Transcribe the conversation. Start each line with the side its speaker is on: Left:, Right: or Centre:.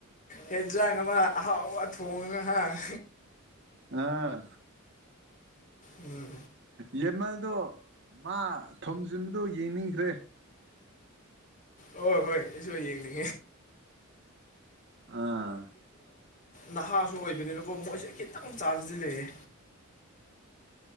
Left: ꯍꯦꯟꯖꯥꯡ ꯑꯃ ꯑꯍꯥꯎꯕ ꯊꯣꯡꯉꯒꯍꯥꯡ
Right: ꯑꯥ
Left: ꯎꯝ
Right: ꯌꯦꯃꯜꯗꯣ ꯃꯥ ꯊꯣꯝꯖꯤꯟꯕꯗꯣ ꯌꯦꯡꯅꯤꯡꯈ꯭ꯔꯦ
Left: ꯑꯣ ꯍꯣꯏꯁꯨ ꯌꯦꯅꯤ
Right: ꯑꯥ
Left: ꯅꯍꯥꯁꯨ ꯑꯣꯏꯕꯅꯤꯅꯀꯣ ꯃꯣꯏꯁꯦ ꯈꯤꯇꯪ ꯆꯥꯟꯁꯗꯤ ꯂꯩꯑꯦ